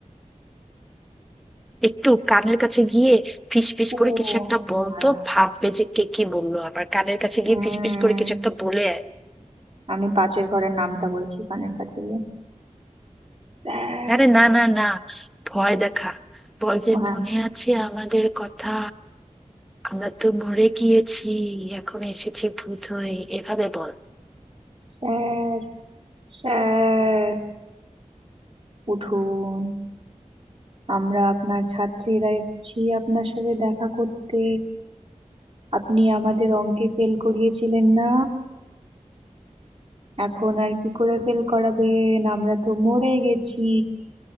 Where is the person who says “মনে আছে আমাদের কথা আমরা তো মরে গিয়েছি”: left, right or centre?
Centre